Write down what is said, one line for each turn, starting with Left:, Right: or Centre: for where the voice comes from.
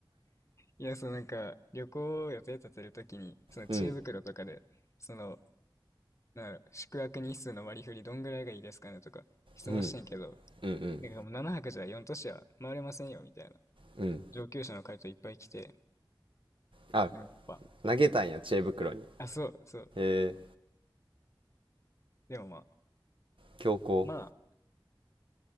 Left: いや、そのなんか、旅行を予定立てるときに、その知恵袋とかで、
Right: うん、
Left: その、なんだろう宿泊日数の割り振りどんぐらいがいいですかねとか、質問してんけど、
Right: うん、うん、うん、
Left: なんかもう7泊じゃ4都市は回れませんよ、みたいな。
Right: うん。
Left: 上級者の回答いっぱい来て、
Right: あ、
Left: でもやっぱ、
Right: 投げたんや、知恵袋に。
Left: あ、そうそう。
Right: へえ、
Left: でもまあ、
Right: 強行、
Left: まあ、